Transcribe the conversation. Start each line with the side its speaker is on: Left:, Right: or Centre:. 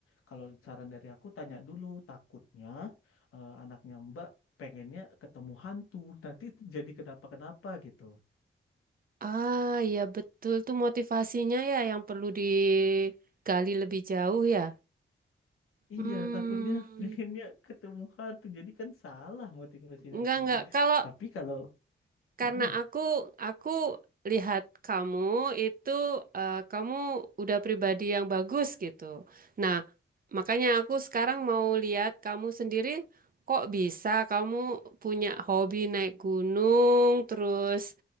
Left: kalau saran dari aku tanya dulu takutnya eh, anaknya Mbak pengennya ketemu hantu <laughs> nanti jadi kenapa-kenapa gitu
Right: Ah, iya betul tuh motivasinya ya yang perlu digali lebih jauh ya.
Left: Iya,
Right: Hmm,
Left: takutnya pengennya ketemu hantu. Jadi kan salah motivasinya
Right: enggak
Left: kayak
Right: enggak.
Left: gitu.
Right: Kalau
Left: Tapi kalau
Right: Karena
Left: mm-mm,
Right: aku aku lihat kamu itu eh, kamu udah pribadi yang bagus gitu. Nah, makanya aku sekarang mau lihat kamu sendiri kok bisa kamu punya hobi naik gunung terus